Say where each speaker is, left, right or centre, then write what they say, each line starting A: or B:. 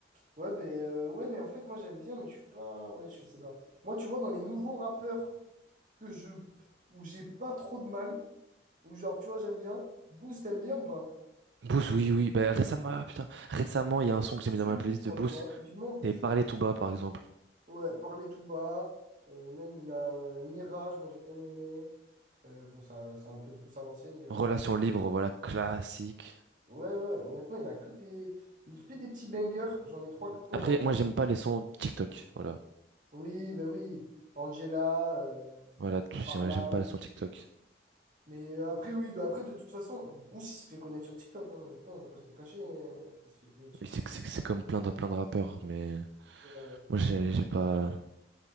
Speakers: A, on the right; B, on the right.
A: Ouais, ben, euh, ouais, mais en fait, moi, j'aime bien, mais je suis pas... Ouais, je sais pas. Moi, tu vois, dans les nouveaux rappeurs que je... où j'ai pas trop de mal, où genre, tu vois, j'aime bien, Booz, t'aimes bien ou pas?
B: <laughs> Boost, oui oui. Ben récemment, ah, putain, récemment il y a un son que j'ai
A: Booz,
B: mis dans
A: je
B: ma
A: kiffe,
B: playlist
A: moi,
B: de Boost.
A: tu vois. Typiquement, Booz,
B: C'est Parler
A: je...
B: tout bas par exemple.
A: Ouais, Parler tout bas. euh, même, il a euh, Mirage, moi, j'ai bien aimé. Euh, bon, ça, c'est un peu plus à l'ancienne, Mirage.
B: Relation libre, voilà classique.
A: Ouais, ouais, honnêtement, il a que des... Il fait des petits bangers. J'en ai trois comme là
B: Après,
A: dans le...
B: moi, j'aime pas les sons TikTok. Voilà.
A: Oui, ben oui. Angela, euh,
B: Voilà, tout-
A: pas
B: j'aime
A: mal.
B: j'aime pas les sons TikTok.
A: Mais euh, après, oui, bah après, de toute façon, Bruce, il se fait connaître sur TikTok, hein, maintenant, on peut se le cacher, euh, il se fait connaître sur
B: Et C'est c'est- c'est comme plein de, plein de rappeurs, mais
A: TikTok. ouais.
B: moi, j'ai j'ai pas.